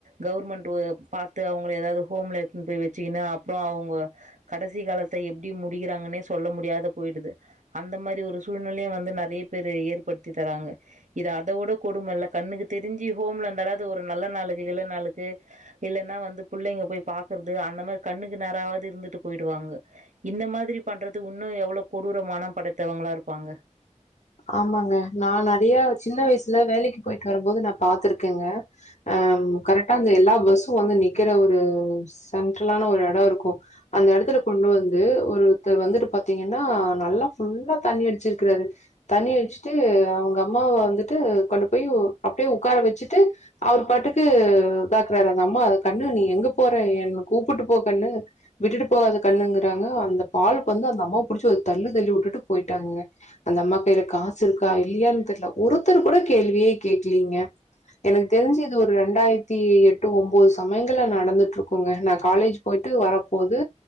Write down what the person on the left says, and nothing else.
ஆமாங்க நா நறையா சின்ன வயசுல வேலைக்கு போயிட்டு வரும்போது நா பாத்துருக்கங்க அ கரெட்டா அந்த எல்லா பஸ்ஸு வந்து நிக்கற ஒரு சென்ட்ரலான ஒரு எட இருக்கு அந்த எடத்துல கொண்டு வந்து ஒருத்தர் வந்துட்டு பாத்திங்கனா நல்லா ஃபுல்லா தண்ணி அடிச்சிருக்றாரு தண்ணி அடிச்சிட்டு அவங்க அம்மாவ வந்துட்டு கொண்டு போய் அப்டியே உக்கார வெச்சுட்டு அவர் பாட்டுக்கு பாக்றாரு அந்த அம்மா கண்ணு நீ எங்க போற என்ன கூப்புட்டு போ கண்ணு விட்டுட்டு போகாத கண்ணுங்கிறாங்க அந்த ஆளுக் வந்து அந்த அம்மாவ புடிச்சி ஒரு தள்ளு தள்ளி வுட்டுட்டு போயிட்டாங்க அந்த அம்மாக் வேற காசு இருக்கா இல்லியானு தெர்ல ஒருத்தர் கூட கேள்வியே கேக்லிங்க எனக்கு தெரிஞ்சு இது ஒரு ரண்டாயிரத்தி எட்டு ஒம்போது சமயங்கள்ல நடந்துட்ருக்குங்க நா காலேஜ் போயிட்டு வரப்போது